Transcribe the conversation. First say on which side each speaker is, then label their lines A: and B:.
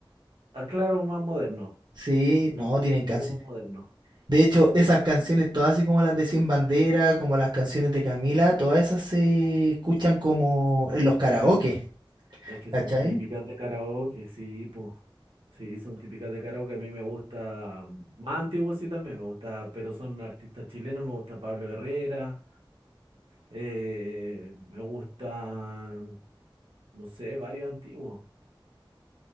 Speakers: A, on the right; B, on the right.
A: Ah, claro, más moderno,
B: Sí, no, tienen canciones.
A: un poco más moderno.
B: De hecho, esas canciones, todas así como las de Sin Bandera, como las canciones de Camila, todas esas se escuchan como en los karaoke.
A: Es que
B: ¿Cachai?
A: son típicas de karaoke, sí, pues. Sí, son típicas de karaoke. A mí me gusta, más antiguos sí también me gusta, pero son artistas chilenos. Me gusta Pablo Herrera, eh, me gustan, no sé, varios antiguos.